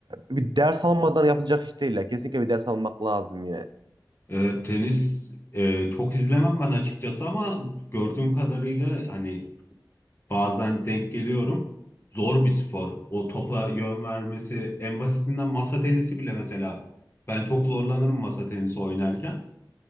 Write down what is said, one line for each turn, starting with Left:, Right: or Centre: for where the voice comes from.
Right: bir ders almadan yapılacak iş değil ya. Kesinlikle bir ders almak lazım yani.
Left: e, tenis e, çok izlemem ben açıkçası ama gördüğüm kadarıyla hani bazen denk geliyorum. Zor bir spor. O topa yön vermesi en basitinden masa tenisi bile mesela. Ben çok zorlanırım masa tenisi oynarken.